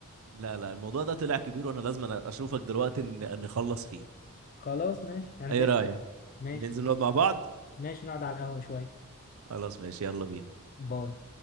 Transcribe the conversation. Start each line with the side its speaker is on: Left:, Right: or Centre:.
Right: لا لا الموضوع ده طلع كبير وانا لازم أنا اشوفك دلوقتي ن- نخلص فيه
Left: خلاص ماشي هنزل
Right: ايه رأيك
Left: ماشي
Right: ننزل نقعد مع بعض
Left: ماشي نقعد على القهوة شوية
Right: خلاص ماشي يلا بينا
Left: باي